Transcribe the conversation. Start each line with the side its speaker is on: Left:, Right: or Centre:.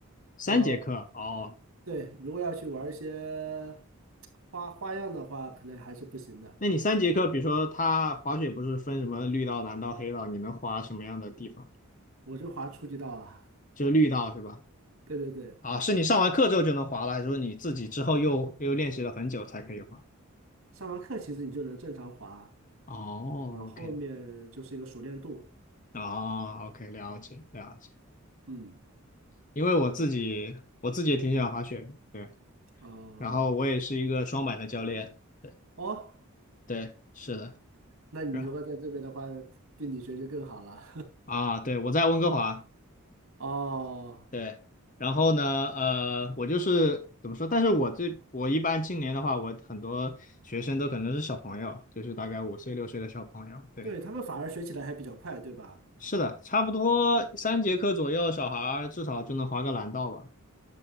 Left: 三节课哦，
Right: 要对，如果要去玩一些花花样的话，可能还是不行的。
Left: 那你三节课，比如说他滑雪不是分什么绿道、蓝道、黑道，你能滑什么样的地方？
Right: 我就滑初级道啊，
Left: 就是绿道是吧？
Right: 对对对，
Left: 啊，是你上完课之后就能滑了，还是说你自己之后又又练习了很久才可以滑？
Right: 上完课其实你就能正常滑，
Left: 哦，OK，
Right: 然后后面就是一个熟练度，
Left: 啊，OK，了解了解。
Right: 嗯，
Left: 因为我自己我自己也挺喜欢滑雪的，
Right: 对对对，
Left: 对。
Right: 呃，
Left: 然后我也是一个双板的教练，对
Right: 哦，
Left: 对，是的，
Right: 那你如果在这边的话，
Left: 是
Right: 跟你学就更好了，
Left: 啊，对，我在温哥华，
Right: <laughs> 哦。
Left: 对。然后呢，呃，我就是怎么说？但是我这我一般今年的话，我很多学生都可能是小朋友，就是大概五岁六岁的小朋友，对。
Right: 对，他们反而学起来还比较快，对吧？
Left: 是的，差不多三节课左右，小孩儿至少就能滑个蓝道吧。